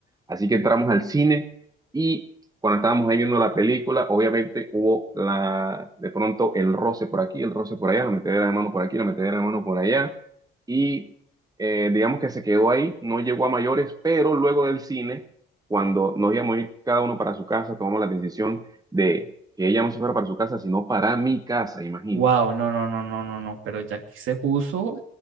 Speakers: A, on the right; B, on the right.
A: Así que entramos al cine y cuando estábamos ahí viendo la película, obviamente hubo la, de pronto el roce por aquí, el roce por allá, la metedera de mano por aquí, la metedera de mano por allá y eh, digamos que se quedó ahí, no llegó a mayores, pero luego del cine, cuando nos íbamos a ir cada uno para su casa, tomamos la decisión de que ella no se fuera para su casa, sino para mi casa, imagínate.
B: Wow, no, no, no, no, no, no, pero ya aquí se puso